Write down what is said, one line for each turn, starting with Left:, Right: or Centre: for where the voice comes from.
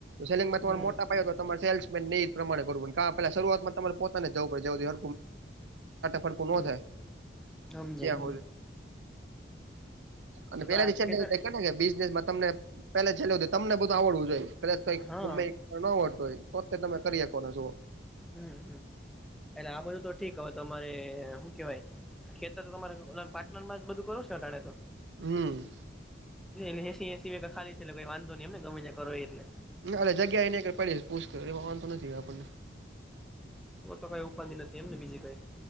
Right: સેલિંગમાં તમારે
Centre: હમ
Right: મોટા પાય તો તમારે સેલ્સમેન એ પ્રમાંણે કરું પેલા શરૂઆતમાં તમારે પોતાને જવું પડેઅ <unintelligible> કો ન
Centre: હમ
Right: થાય
Centre: સમજાઈ
Right: ત્યાં હોરિ
Centre: ગયું
Right: અને
Centre: તો તો
Right: પેલા
Centre: આ
Right: છેલ્ને
Centre: ખેતર
Right: બિઝનેસમાં તમને પેલા છેલ્ તમને બધું આવડવું જોઈએ કદાચ કઈક
Centre: હા
Right: ગમે ન હોતું હોય તોતે તમે કરી શકોને શ
Centre: હમ હમ એટલે આ બધું તો ઠીક હવે તમારે હું કેવાય ખેતર તો તમારે પાટનર માં જ બધું કરું છે ને અતા ણે તો
Right: હમ
Centre: એ હસી હસી ખાલી છેલે કોઈ વાંધ નહી એમને ગમેા કરો એટલે
Right: ના એલે જગ્યા એને પડી પુછ એ વાંધતો નથી આપણને
Centre: એ તો કઈ ઉપાડી નથી એમને બીજી કઈ